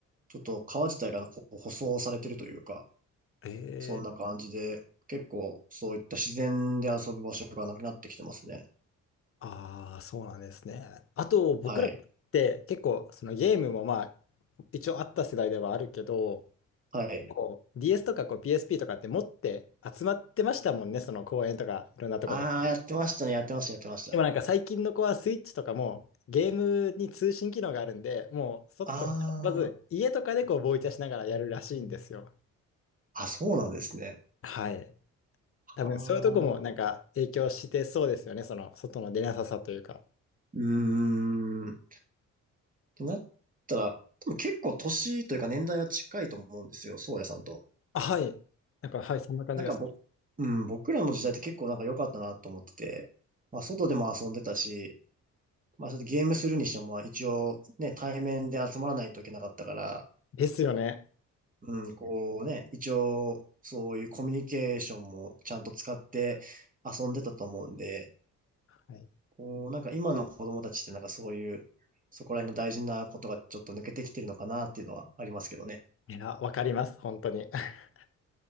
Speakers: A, on the right; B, on the left.
A: ちょっと川自体がこう舗装されてるというか、
B: え
A: そんな感じで、
B: ー、
A: 結構そういった自然で遊ぶ場所がなくなってきてますね。
B: ああ、そうなんですね。あと、僕らって結構、
A: はい。
B: そのゲームもまあ、一応あった世代ではあるけど、
A: はい。
B: こう DS とかこう PSP とかって持って集まってましたもんね、その公園とかいろんなとこで。
A: ああ、やってましたね。やってました、やってました。
B: でもなんか最近の子はスイッチとかもゲームに通信機能があるんで、もう外と、
A: あ
B: まず家とかでこうボイチャしながらやるらしいんですよ。
A: あ、あ、そうなんですね。
B: はい。多分そういうとこもなんか影響してそうですよね、
A: ああ、う
B: その外の出なささというか。
A: ーん。てなったら、多分結構年というか年代は近いと思うんですよ、宗谷さんと。
B: あ、はい。なんか、はい、そんな感じがします。
A: なんかぼ、うん、僕らの時代って結構なんか良かったなと思ってて、まあ外でも遊んでたし、まあそれでゲームするにしてもまあ一応ね、対面で集まらないといけなかったから、
B: ですよね。
A: うん、こうね、一応そういうコミュニケーションもちゃんと使って遊んでたと思うんで、
B: はい。
A: こうなんか今の子供たちってなんかそういう、そこら辺の大事なことがちょっと抜けてきてるのかなっていうのはありますけどね。
B: いや、わかります、本当に。<laughs>